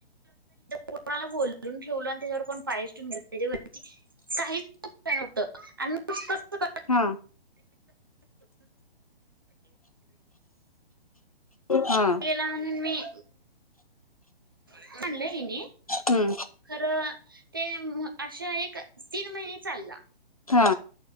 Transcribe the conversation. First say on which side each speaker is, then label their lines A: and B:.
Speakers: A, on the right (about 20°); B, on the left (about 40°).
A: कोणाला बोलून ठेवल आणि त्याच्यावर कोण पायसून घ त्याच्यावर. साित खपवतं आणि <unintelligible>
B: हा. हा
A: गेला म्हणून मी. आणणलं हेन.
B: हम्म
A: खरं ते असे एक तीन महिने चालला.
B: हा